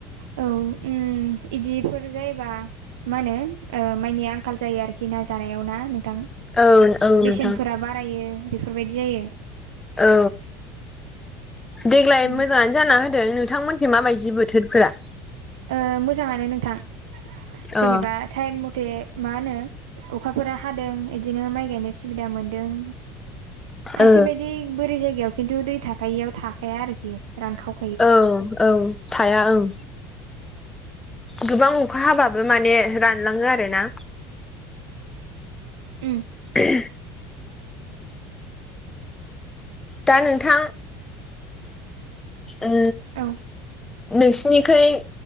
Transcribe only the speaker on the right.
औ उम इदिफोर जायोबा मा होनो ओ माइनि आंखाल जायो आरोखि ना जानायाव ना? नों थां
बेसेनफोरा बारायो बेफोरबायदि जायो।
उम
ओ मोजाङानो नोंथां।
जेनेबा टाइम मथे मा होनो अखाफोरा हादों। बिदिनो माइ गायनो सुबिदा मोन्दों। खायसे
बायदि बोरै जायगायाव खिन्थु दै थाखायियाव थाखाया आरोखि रानखाव
उम।
औ